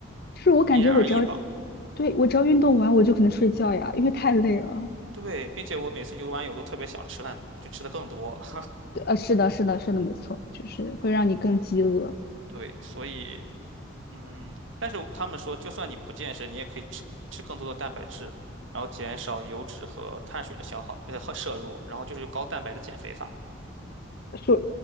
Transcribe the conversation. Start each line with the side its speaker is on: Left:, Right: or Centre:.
Left: 就是我感觉我只要，
Right: 因人而异吧。
Left: 对，我只要运动完，我就可能睡觉呀，因为太累了。
Right: 对，并且我每次游完泳都特别想吃饭，就吃的更多。<laughs>
Left: 对，呃，是的，是的，是的，没错，就是会让你更饥饿。
Right: 对，所以嗯，但是他们说，就算你不健身，你也可以吃吃更多的蛋白质，然后减少油脂和碳水的消耗呃和摄入，然后就是高蛋白的减肥法。
Left: 说